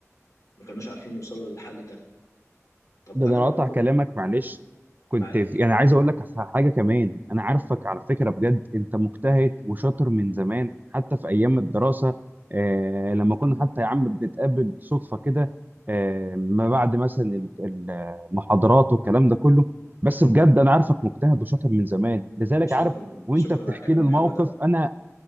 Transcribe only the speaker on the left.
ما كانوش عارفين يوصلوا للحل ده طب
انا
لما
كنت
معاك
حبيبي شكرا
شكرا
على الكلام
الحلو
ده